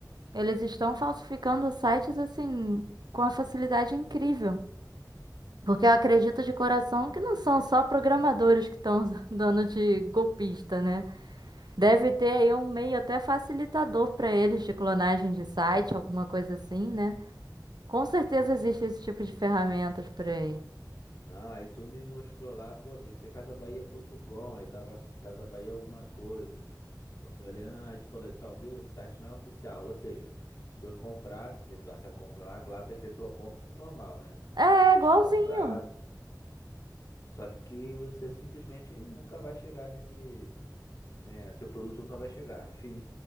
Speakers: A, on the right; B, on the left.
A: Eles estão falsificando sites assim com uma facilidade incrível. Porque eu acredito de coração que não são só programadores que estão <laughs> dando de golpista, né? Deve ter aí um meio até facilitador para eles de clonagem de site, alguma coisa assim, né? Com certeza existe esse tipo de ferramentas por aí.
B: Não, aí tu me mostrou lá, pô, tem que ser casabahia.com, aí tava Casa Bahia alguma coisa. Eu falei, ah, aí tu falou, então, viu, esse site não é oficial, ou seja, se eu comprasse, efetuasse a compra lá, lá tu efetua a compra, tudo normal, né?
A: É, é igualzinho.
B: Te dá um prazo. Só que você simplesmente nunca vai chegar nesse, né? Seu produto nunca vai chegar, <laughs> fim.